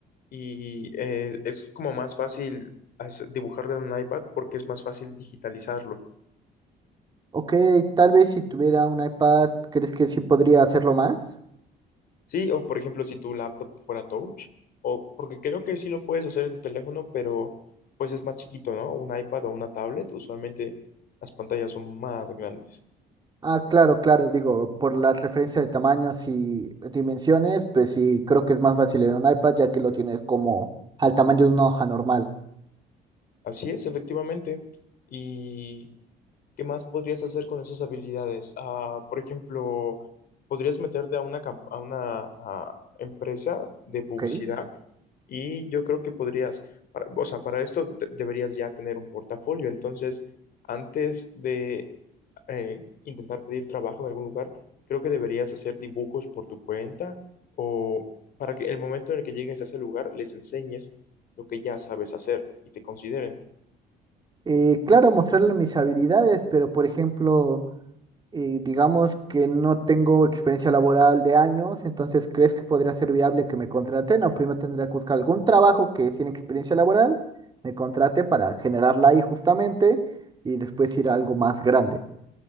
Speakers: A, on the left; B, on the right.
A: y eh, es como más fácil hace- dibujarlo en un iPad porque es más fácil digitalizarlo.
B: Ok, tal vez si tuviera un iPad, ¿crees que sí podría hacerlo más?
A: Sí, o por ejemplo, si tu laptop fuera touch, o porque creo que sí lo puedes hacer en tu teléfono, pero pues es más chiquito, ¿no? Un iPad o una tablet, usualmente las pantallas son más grandes.
B: Ah, claro, claro, digo, por la referencia de tamaños y dimensiones, pues sí, creo que es más fácil en un iPad ya que lo tienes como al tamaño de una hoja normal,
A: Así es, efectivamente. Y ¿Qué más podrías hacer con esas habilidades? Ah, por ejemplo, podrías meterte a una, camp- a una ah, empresa de publicidad
B: ¿ok?
A: y yo creo que podrías, para- o sea, para esto te- deberías ya tener un portafolio. Entonces, antes de eh, intentar pedir trabajo en algún lugar, creo que deberías hacer dibujos por tu cuenta o para que el momento en el que llegues a ese lugar les enseñes lo que ya sabes hacer y te consideren.
B: Eh, claro, mostrarle mis habilidades, pero por ejemplo... Y digamos que no tengo experiencia laboral de años, entonces ¿crees que podría ser viable que me contraten? O primero tendría que buscar algún trabajo que sin experiencia laboral me contrate para generarla ahí justamente y después ir a algo más grande.